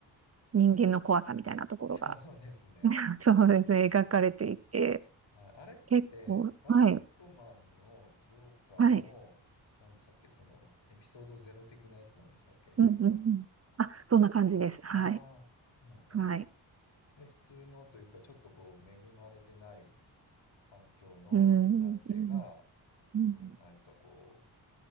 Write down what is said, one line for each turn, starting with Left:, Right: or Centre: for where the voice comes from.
Right: 人間の怖さみたいなところが、
Left: <laughs> そうですね。
Right: <laughs> そうですね、描かれていて、
Left: はい。あれって、
Right: 結構、
Left: バットマンのジョーカーの、
Right: はい、はい。
Left: 何でしたっけその、エピソードゼロ的なやつなんでしたっけ
Right: うんうんうん。あ、そんな感じです。はい。
Left: ああー、そうなんだ。
Right: はい。
Left: で、普通のというか、ちょっとこう、恵まれてない環境の男性が、
Right: うん、うん、
Left: こう、
Right: うん。
Left: 何かこ